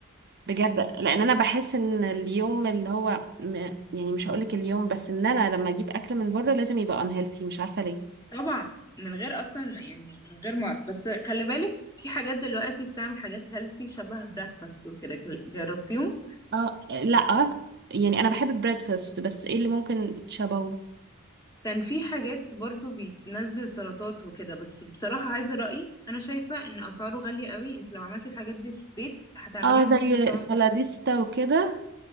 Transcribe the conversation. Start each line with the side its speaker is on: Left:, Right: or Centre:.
Right: بجد لان انا بحس ان اليوم اللي هو م- يعني مش هقولك اليوم بس ان انا لما اجيب اكل من بره لازم يبقى unhealthy مش عارفه ليه
Left: طبعا من غير اصلا يعني من غير ما بس خلي بالك في حاجات دلوقتي بتعمل حاجات هيلثي شبه بريكفاست وكده جربتيهم
Right: اه لا يعني انا بحب البريدفاست بس ايه اللي ممكن تشبهه
Left: كان في حاجات برضو بينزل سلطات وكده بس بصراحة عايزة رأيي أنا شايفة إن أسعاره غالية قوي أنت لو عملت الحاجات دي في البيت هتعمليها
Right: اه زي
Left: بنص الثمن
Right: سلاديستا
Left: بالظبط
Right: وكده